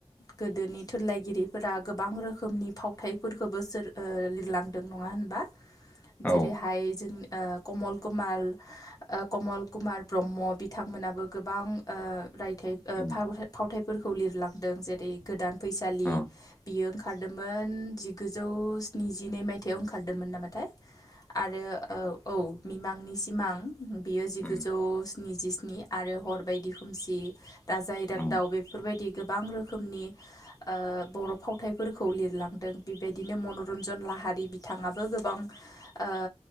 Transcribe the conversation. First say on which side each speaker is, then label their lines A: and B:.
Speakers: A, on the left (about 35°); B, on the left (about 15°).
A: गोदोनि थुनलाइगिरिफोरा गोबां रोख रोखोमनि फावथायाइफोरखौबो सोर लिरलांदों नङा होनबा जेरैहाय
B: औ
A: जों ओ कमल कुमाल कमल कुमार ब्रह्म बिथांमोनाबो गोबां ओ रायथाइ ओ
B: उम
A: फाव-फावथायाइफोरखौ लिरलांदों जेरै गोदान फैसालि
B: औ
A: बियो ओंखारदोंमोन जिगुजौ स्निजिनै मायथाइयाव ओंखारदोंमोन नामाथाय? आरो औ औ मिमांनि सिमां बियो जिगुजौ
B: औ
A: स्निजिस्नि आरो हर बायदि खोमसि राजा इरागदाव
B: औ
A: बेफोरबायदि गोबां रोखोमनि ओ बर' फावथाय फोरखौ लिरलांदों बेबायदिनो मनरन्जन लाहारि बिथाङाबो गोबां ओ